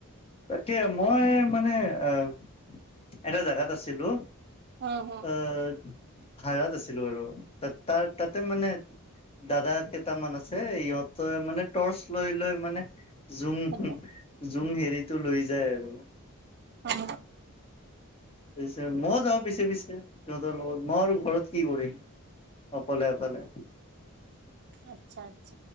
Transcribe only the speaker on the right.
উম
উম
অঁ
আতচ্ছ আতচ্ছ।